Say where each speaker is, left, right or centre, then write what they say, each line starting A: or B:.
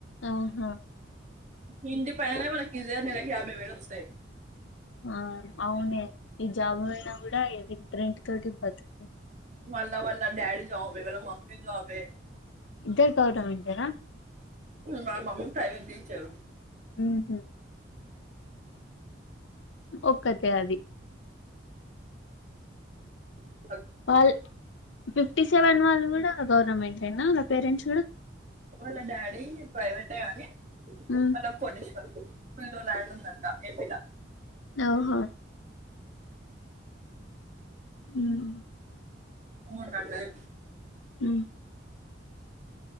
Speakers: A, on the left; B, on the right.
A: ఆహా
B: ఈ ఇంటి పైనే వాళ్లకి ఈజీగా నెలకి యాభై వేలు వస్తాయి,
A: ఆ అవునే ఈ జాబ్ పోయినా కూడా ఇ రె రెంట్ తోటి బతుక్
B: మల్ల మల్ల డాడీ జాబే మళ్ళ మమ్మీ జాబే
A: ఇద్దరు గవర్నమెంట్ ఏనా
B: వాళ్ళ మమ్మీ ప్రైవేట్ టీచర్
A: ఉమ్ ఒక్కతే అది
B: చప్
A: వాళ్ళ ఫిఫ్టీ సెవెన్ వాళ్ళు కూడా గవర్నమెంట్ ఏనా వాళ్ళ పేరెంట్స్ కూడా
B: వాళ్ళ డాడీ ప్రైవేట్ ఏ కాని
A: ఉమ్
B: వాళ్ళ కొటి ఫుల్ల్లో ల్యాండ్ ఉందంట ఏపీలా
A: అఓహో ఉం
B: మొన్న అన్నది
A: అ